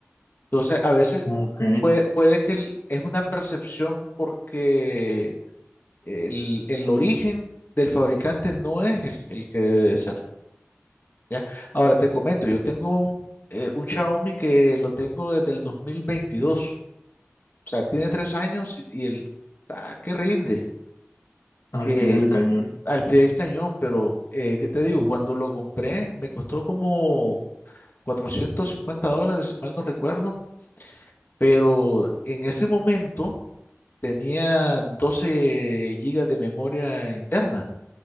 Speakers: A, on the left (about 45°); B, on the left (about 80°).
A: Entonces, a veces
B: Ok,
A: puede, puede que el- es una percepción porque el, el origen del fabricante no es el, el que debe de ser, ¿ya? Ahora te comento, yo tengo un, eh, un Xiaomi que lo tengo desde el dos mil veintidós o sea, tiene tres años y, y el, ah, que rinde
B: al
A: Eh,
B: pie del cañón.
A: al pie del cañón, pero eh, ¿qué te digo? Cuando lo compré me costó como 450 dólares, si mal no recuerdo, pero en ese momento tenía 12 gigas de memoria interna